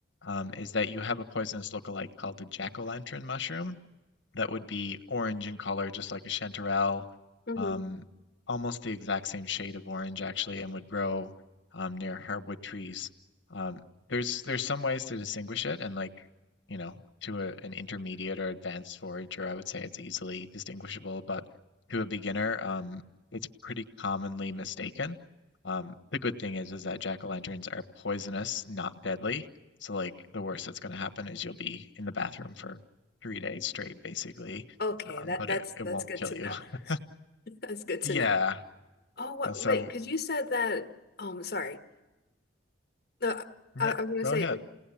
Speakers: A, on the left (about 70°); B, on the left (about 50°).
A: um, is that you have a poisonous lookalike called the jack-o'-lantern mushroom that would be orange in color, just like a chanterelle,
B: hmm
A: um, almost the exact same shade of orange actually, and would grow um, near hardwood trees. Um, there's there's some ways to distinguish it, and like you know, to a, an intermediate or advanced forager, I would say it's easily distinguishable, but to a beginner, um, it's pretty commonly mistaken. Um, the good thing is is that jack-o'-lanterns are poisonous, not deadly. So like the worst that's going to happen is you'll be in the bathroom for three days straight, basically.
B: <laughs> Okay,
A: Um,
B: that
A: but
B: that's
A: it,
B: that's
A: it won't
B: good
A: kill
B: to
A: you.
B: know.
A: <laughs>
B: <laughs> That's good to
A: Yeah.
B: know. Oh, what,
A: So
B: wait, because you said that. Um, sorry. No,
A: no,
B: I, I was gonna
A: go
B: say
A: ahead.